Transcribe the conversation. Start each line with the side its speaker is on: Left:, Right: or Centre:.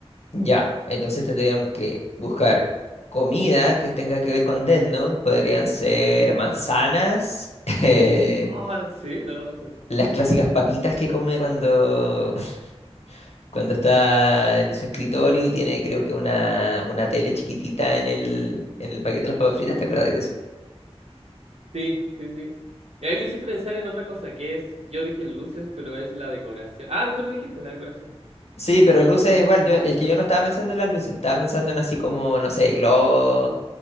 Left: Ya, entonces tendríamos que buscar comida que tenga que ver con Death Note. Podrían ser
Right: Mm.
Left: manzanas, <laughs> eh,
Right: Ah, sí, da la razón.
Left: las clásicas papitas que come cuando, <laughs> cuando está en su escritorio y tiene creo que una, una tele chiquitita en el, en el paquete de las papas fritas. ¿Te acuerdas de eso?
Right: Sí, sí, sí. Y ahí me hiciste pensar en otra cosa, que es, yo dije luces, pero es la decoración. Ah, no, tú lo dijiste, la decoración.
Left: Sí, pero luces igual. Yo, es que yo no estaba pensando en las luces. Estaba pensando en así como,
Right: Mm.
Left: no sé, globos